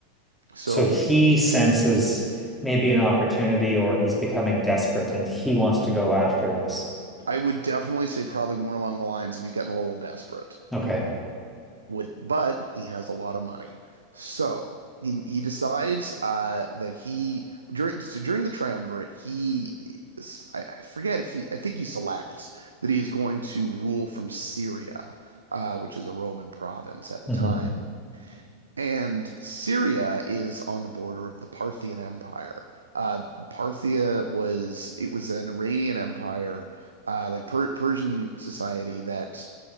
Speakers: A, on the right; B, in the centre.
A: so
B: So he senses maybe an opportunity or he's becoming desperate and he wants to go after this.
A: I would definitely say probably more along the lines if he's getting a little desperate
B: Okay.
A: With, but he has a lot of money. So he, he decides uh, that he during so during the triumvirate he I, I forget if he I think he selects that he is going to rule from Syria, uh, which is a Roman province at the
B: hmm
A: time. And Syria is on the border of the Parthian Empire. Uh, Parthia was it was an Iranian empire, uh, like per Persian society that